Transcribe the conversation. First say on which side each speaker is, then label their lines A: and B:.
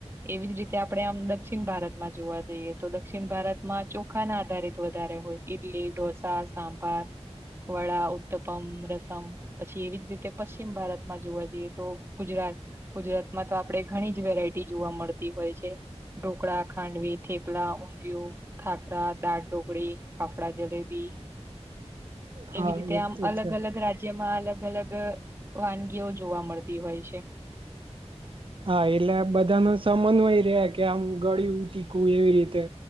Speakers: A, on the right; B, on the right.
A: એવી જ રીતે આપણે આમ દક્ષિણ ભારતમાં જોવા જઈએ તો દક્ષિણ ભારતમાં ચોખા ના આધારિત વધારે હોય. ડલી દોસા સાબારવળ, ઉત્તપમ રસ. મ પછી એવી જ રીતે પશ્ચિમ ભારતમાં જોવા જઈએ તો ગુજરાત ગુજરાતમાં તો આપણેે ઘણી જ વેરાયટી જોવા મળતી હોય છે. ઢોકળા, ખાંડવી, થેપલા, ઊંધિયું, ખાખરા, દાળ ટઢોકરી, ફાફડા, જલેબી,
B: હા
A: એવી રીતે
B: એ
A: આમ
B: તો
A: અલગ
B: છે.
A: અલગ રાજ્ય. જેમાં અલગ અલગ વાનગીઓ જોવા મળતી હોય છે.
B: હા એટલે બધા ન સમન્વય રહેે કે આમું ગળી ઉ તીખું એવી રીતે.